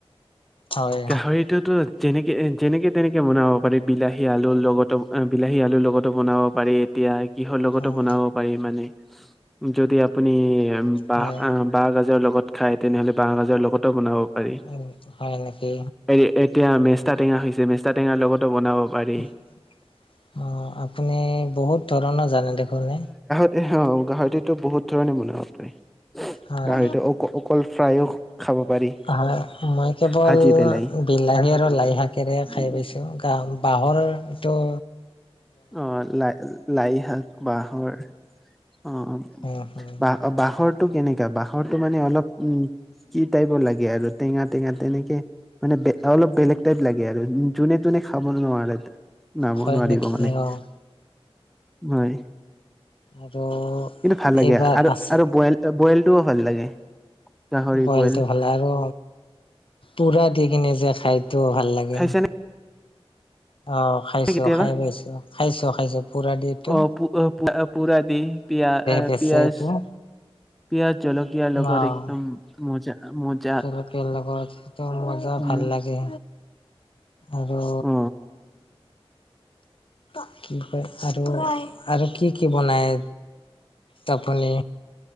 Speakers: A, on the left; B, in the centre.
A: হয়
B: গাহৰিটোতো যেনেকৈ যেনেকৈ তেনেকৈ বনাব পাৰি বিলাহী আলুৰ লগতো বিলাহী আলুৰ লগতো বনাব পাৰি, এতিয়া কিহৰ লগতো
A: উম
B: বনাব পাৰি মানে যদি আপুনি বাঁহ
A: হয়।
B: বাঁহ গাজৰ লগত খায় তেনেহ'লে বাঁহ গাজৰ লগতো বনাব পাৰি।
A: উম হয়, নেকি?
B: এ এতিয়া মেষ্টা টেঙা হৈছে মেষ্টা টেঙাৰ লগতো বনাব পাৰি।
A: অ', আপুনি বহুত ধৰণৰ জানে দেখোন এ।
B: এহ গাহৰিতোতো বহুত ধৰণে বনাব পাৰি।
A: হয়।
B: গাহৰিতো অ-অকল ফ্ৰাইও খাব পাৰি।
A: হয়, মই কেৱল
B: ভাজি পেলাই।
A: বিলাহী আৰু লাইশাকেৰে খাই
B: উম।
A: পাইছোঁ, গ বাঁহৰ তো
B: অ', লাই-লাই শাক বাঁহৰ অ'।
A: উম, হম,
B: বাাঁহ-বাঁহৰটো কেনেকা বাঁহৰটো মানে অলপ উম কি টাইপৰ লাগে আৰু টেঙা টেঙা তেনেকে, মানে বে অলপ বেলেগ টাইপ লাগে আৰু যোনে তোনে খাব নোৱাৰে নাম
A: হয়
B: নোৱাৰিব
A: নেকি
B: মানে।
A: অ',
B: হয়,
A: আৰু
B: কিন্তু ভাল লাগে,
A: এইবাৰ
B: আৰু
A: আছে
B: আৰু বইল ত বইলটোও ভাল লাগে। গাহৰি
A: বইলটো
B: বইল
A: ভাল আৰু পোৰা দি কিনে যে খাই এটো ভাল লাগে।
B: খাইছানে
A: অ', খাইছোঁ
B: কেতিয়াবা
A: খাই পাইছোঁ খাইছোঁ খাইছোঁ পুৰা দিটো।
B: অ পু পুৰা দি পিয়-পিয়াজ।
A: বেচে এইটো
B: পিয়াজ জলকীয়াৰ লগত
A: অ'।
B: একদম মজা-মজ
A: <unintelligible> লগত সেইটো মজা
B: উম
A: ভাল লাগে। আৰু
B: অ
A: <unintelligible> কি কয় আৰু আৰু কি কি বনায়। তাৰপুনি।